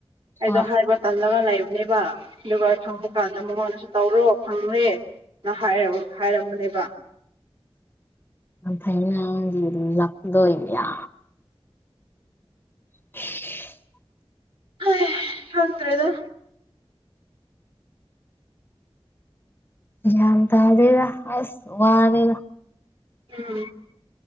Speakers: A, on the right; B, on the left.
A: ꯑꯩꯗꯣ
B: ꯍꯣꯏ
A: ꯍꯥꯏꯕ ꯇꯜꯂꯒ ꯂꯩꯕꯅꯦꯕ ꯑꯗꯨꯒ ꯐꯪꯕ ꯀꯥꯟꯗ ꯃꯉꯣꯟꯗꯁꯨ ꯇꯧꯔꯣ ꯐꯪꯔꯦ ꯅ ꯍꯥꯏ-ꯍꯥꯏꯔꯝꯕꯅꯦꯕ
B: ꯐꯩꯅꯒꯤ ꯂꯄꯗꯣ ꯏꯌꯥ <unintelligible>
A: ꯍꯩ ꯈꯪꯗ꯭ꯔꯦꯗ
B: ꯌꯥꯝ꯭ꯟ ꯇꯥꯗꯦꯗ ꯑꯁ ꯋꯥꯔꯦꯗ
A: ꯎꯝ